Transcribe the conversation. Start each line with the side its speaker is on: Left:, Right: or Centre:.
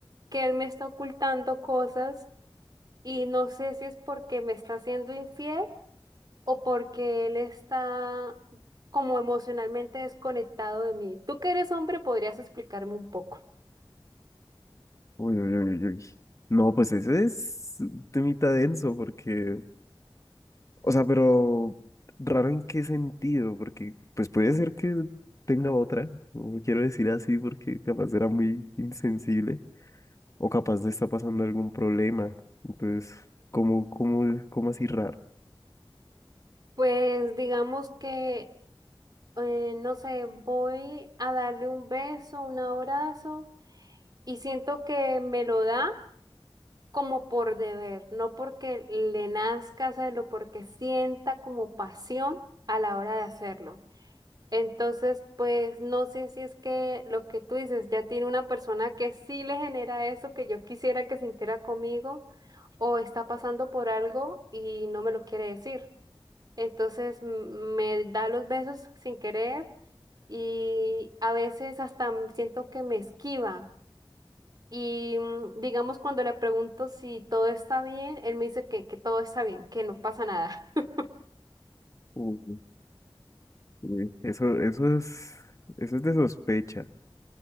Right: que él me está ocultando cosas y no sé si es porque me está siendo infiel o porque él está como emocionalmente desconectado de mí. Tú que eres hombre, podrías explicarme un poco.
Left: Uy, uy, uy, uy. No, pues ese es un temita denso porque, o sea, pero raro en qué sentido, porque pues puede ser que tenga otra, no quiero decir así porque capaz era muy insensible o capaz le está pasando algún problema. Entonces, ¿cómo, cómo, cómo así raro?
Right: Pues digamos que, eh, no sé, voy a darle un beso, un abrazo. Y siento que me lo da como por deber, no porque le nazca hacerlo, porque sienta como pasión a la hora de hacerlo. Entonces, pues no sé si es que lo que tú dices ya tiene una persona que sí le genera eso que yo quisiera que sintiera conmigo o está pasando por algo y no me lo quiere decir. Entonces m- me da los besos sin querer y a veces hasta m- siento que me esquiva. Y mm, digamos, cuando le pregunto si todo está bien, él me dice que, que todo está bien, que no pasa nada. <laughs>
Left: Uy, uy. Eso, eso es, eso es de sospecha.